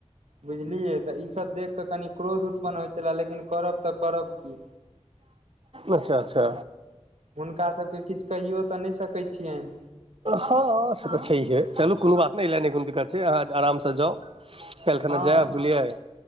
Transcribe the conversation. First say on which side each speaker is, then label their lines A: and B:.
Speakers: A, on the right; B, on the right.
A: बुझलियै तऽ ईसभ देख कऽ कनि क्रोध उत्पन्न होइ छएले लेकिन करब तऽ करब की
B: अच्छा अच्छा
A: हुनका सभके किछु कहियो तऽ नहि सकैत छियनि
B: हँ से तऽ छैहे चलू कोनो बात नहि ऐले नहि कोनो दिक्कत छै अहाँ आरामसँ जाउ काइल खना
A: हँ
B: जायब बुलियै